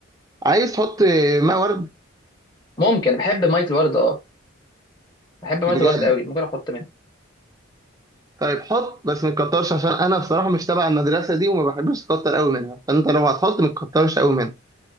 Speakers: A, on the right; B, on the left.
A: عايز تحط آه، ماء ورد
B: ممكن بحب ميه الورد اه بحب ميه
A: بجد
B: الورد قوي ممكن احط منها
A: طيب حط بس ما تكترش عشان انا بصراحه مش تبع المدرسه دي وما بحبش اكتر قوي منها فانت لو هتحط ما تكترش قوي منها